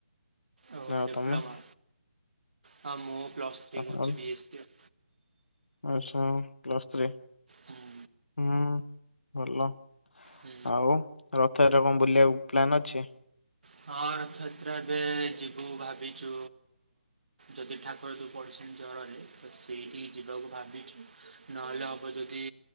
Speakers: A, on the right; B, on the left.
A: ଓ
B: ଆଉ
A: ଡିପ୍ଲୋମା।
B: ତମେ ହୁଁ।
A: ହଁ ମୁଁ ପ୍ଲସ୍ ଥ୍ରୀ
B: <unintelligible>
A: କରୁଛି ବି ଏସ୍ ସି ଆଉ।
B: ମୋର ପ୍ଲସ୍ ଥ୍ରୀ।
A: ହୁଁ
B: ହୁଁ ଭଲ।
A: ହୁଁ।
B: ଆଉ ରଥଯାତ୍ରା ରେ କଣ ବୁଲିବାକୁ ପ୍ଲାନ୍ ଅଛି?
A: ହଁ ରଥାଯାତ୍ରା ଏବେ ଯିବୁ ଭାବିଚୁ, ଯଦି ଠାକୁର ଯୋଉ ପଡିଛନ୍ତି ଜରରେ ସେଇଠିକି ଯିବାକୁ ଭାବିଚୁ ନହେଲେ ହବ ଯଦି